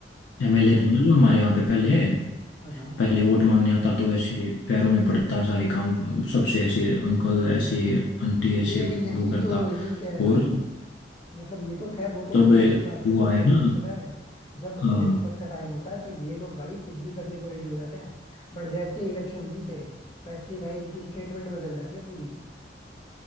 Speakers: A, on the left; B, on the left.
A: एमएलए था ना जो हमारे यहाँ पे पहले
B: हाँ हाँ
A: पहले वोट मांगने आता तो ऐसे पैरों में पड़ता सारे काम सबसे ऐसे अंकल ऐसे आंटी ऐसे
B: ये यही
A: वो करता
B: तो यही कह रहा
A: और
B: हूँ मतलब ये तो खैर वो तो लोकल
A: तब
B: की बात कर
A: वो
B: रहे हो
A: आया
B: जनरली
A: ना
B: पता है जब
A: हाँ
B: इलेक्शन का टाइम होता है तो ये लोग भाई कुछ भी करने को रेडी हो जाते हैं बट जैसे इलेक्शन जीते वैसे ही भाई इनकी स्टेटमेंट बदल जाती है पूरी